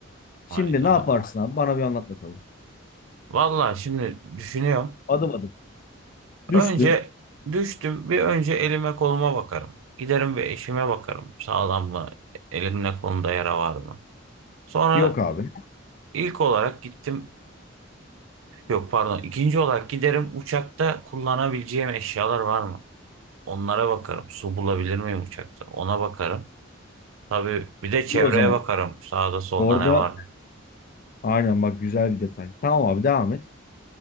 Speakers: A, on the left; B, on the right.
A: Şimdi
B: Hayda.
A: ne yaparsın abi? Bana bir anlat bakalım.
B: Vallahi şimdi düşünüyorum.
A: Adım adım. Düştün.
B: Önce düştüm. Bir önce elime koluma bakarım. Giderim bir eşime bakarım. Sağlam mı? Elimde kolumda yara var mı? Sonra
A: Yok abi.
B: ilk olarak gittim. Yok pardon. İkinci olarak giderim uçakta kullanabileceğim eşyalar var mı? Onlara bakarım. Su bulabilir miyim uçakta? Ona bakarım. Tabii bir de çevreye
A: Dur o zaman.
B: bakarım. Sağda solda
A: Orada
B: ne var?
A: aynen bak güzel bir detay. Tamam abi devam et.